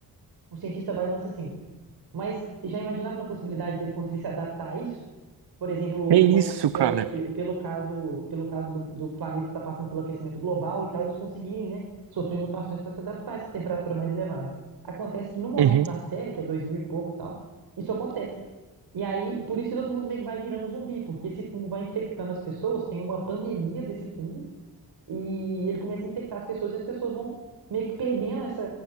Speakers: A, on the right (about 70°); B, on the right (about 85°).
A: o cientista vai e lança assim, mas já imaginaram na possibilidade dele conseguir se adaptar a isso? Por exemplo,
B: É isso,
A: como, pelo,
B: cara.
A: pe- pelo caso, pelo caso do, do planeta estar passando pelo aquecimento global e tal, eles conseguirem, né, sofrer mutações para se adaptar a essa temperatura mais elevada. Acontece que no momento
B: Uhum.
A: da série, que é 2000 e pouco e tal, isso acontece. E aí, por isso que todo mundo meio que vai virando zumbi, porque esse fungo vai infectando as pessoas, tem uma pandemia desse fungo, e ele começa a infectar as pessoas e as pessoas vão meio que perdendo essa